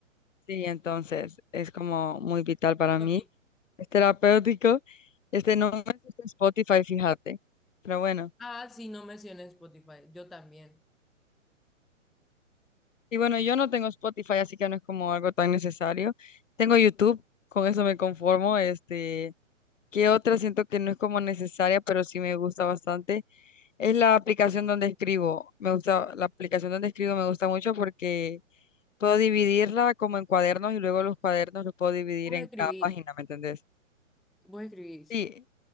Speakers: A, on the left (about 65°); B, in the centre.
A: Sí, entonces es como muy vital para
B: También.
A: mí. Es terapéutico. Este no me gusta Spotify, fíjate. Pero bueno.
B: Ah, sí, no mencioné Spotify. Yo también.
A: Y bueno, yo no tengo Spotify, así que no es como algo tan necesario. Tengo YouTube, con eso me conformo. Este, ¿qué otra siento que no es como necesaria, pero sí me gusta bastante? Es la aplicación donde escribo. Me gusta, la aplicación donde escribo me gusta mucho porque puedo dividirla como en cuadernos y luego los cuadernos los puedo dividir
B: Vos
A: en
B: escribís,
A: cada página, ¿me entendés?
B: vos escribís.
A: Sí,